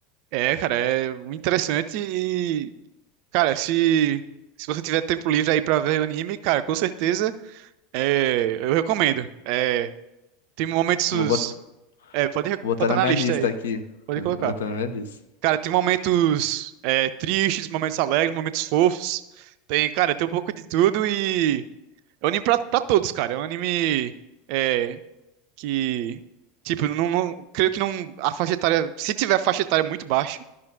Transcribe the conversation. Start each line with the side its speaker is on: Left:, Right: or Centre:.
Right: É, cara, é muito interessante Cara, se, se você tiver tempo livre aí pra ver o anime, cara, com certeza é, eu recomendo. É, tem momentos.
Left: Vou bot-
Right: É, pode rec-
Left: vou botar
Right: botar
Left: na
Right: na
Left: minha
Right: lista
Left: lista
Right: aí.
Left: aqui.
Right: Pode
Left: Vou
Right: colocar.
Left: botar na minha lista.
Right: Cara, tem momentos é, tristes, momentos alegres, momentos fofos. Tem, cara, tem um pouco de tudo e. É um anime pra, pra todos, cara. É um anime é, que. Tipo, não, não- creio que não. A faixa etária. Se tiver faixa etária muito baixa.